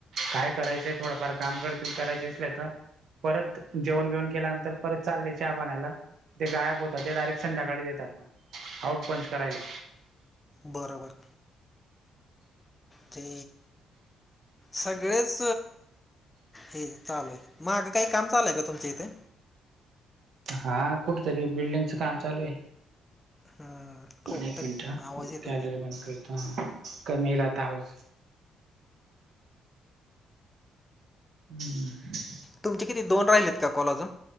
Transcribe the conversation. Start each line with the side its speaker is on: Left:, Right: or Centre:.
Right: काय करायचंय थोडंफार काम करतील करायच असल तर परत जेवण बेऊन केल्यानंतर. तर परत चालले चहा पाण्याला. ते गायब होतात ते डायरेक्ट संध्याकाळी देतात ना आउट पंच करायला.
Left: बरोबर. ते. सगळेच हे चालू आहे मगगं काही काम चालूय का तुमच्या इथे?
Right: हा कुठेतरी बिल्डिंगचं काम चालू आहे.
Left: हम्म, ठोकतात
Right: एक मिनट ह
Left: आवाज येतोय
Right: गॅलरी बंद करते. क म लातास. हम्म हम्म.
Left: तुमचे किती दोन राहिले आहेत का कॉल अजून.